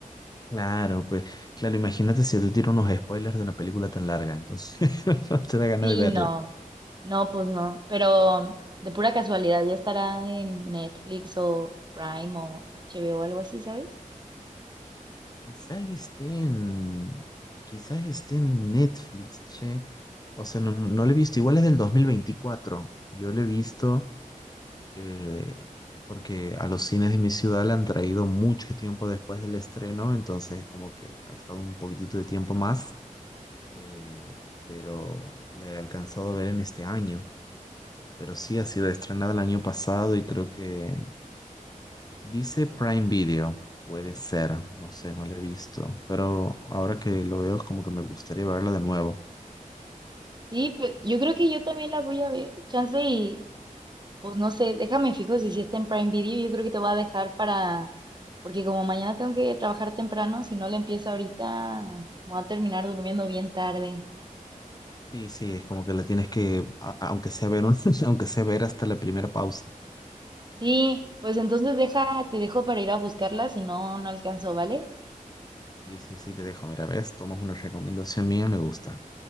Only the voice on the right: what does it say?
Sí,
no. No, pues no. Pero de pura casualidad ya estará en Netflix o Prime o HBO o o algo así, ¿sabes?
Sí, pe- yo creo que yo también la voy a ver. Chance y, Pues no sé, déjame fijo si sí está en Prime Video. Yo creo que te voy a dejar para, porque como mañana tengo que trabajar temprano, si no le empiezo ahorita, me voy a terminar durmiendo bien tarde.
Sí, pues entonces deja, te dejo para ir a buscarla, si no, no alcanzo, ¿vale? <laughs>